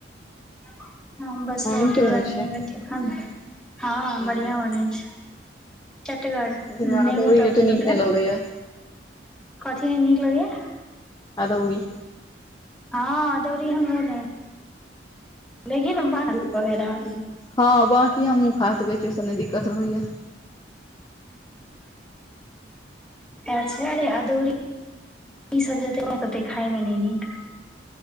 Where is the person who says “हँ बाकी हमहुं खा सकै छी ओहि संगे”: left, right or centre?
Left